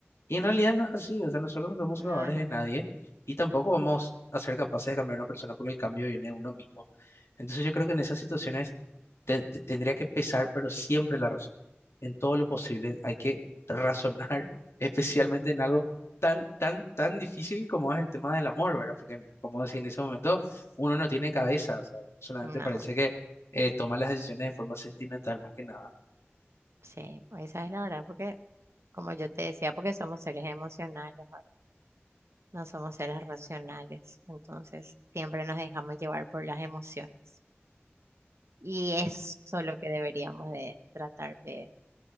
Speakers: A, on the left (about 80°); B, on the right (about 85°).
A: Y en realidad no es así, o sea, nosotros no somos
B: no
A: salvadores
B: es
A: de
B: así,
A: nadie y tampoco vamos a ser capaces de cambiar a una persona porque el cambio viene de uno mismo. Entonces yo creo que en esas situaciones te- te- tendría que pesar, pero siempre la razón. En todo lo posible hay que razonar, <laughs> especialmente en algo tan, tan, tan difícil como es el tema del amor, ¿verdad? Porque, en- como decía, en ese momento uno no tiene cabeza, o sea, solamente
B: no,
A: parece que eh, toma las decisiones de forma sentimental, más que nada.
B: sí, esa es la verdad, porque como yo te decía, porque somos seres emocionales, ¿verdad? No somos seres racionales, entonces siempre nos dejamos llevar por las emociones y eso es lo que deberíamos de tratar de,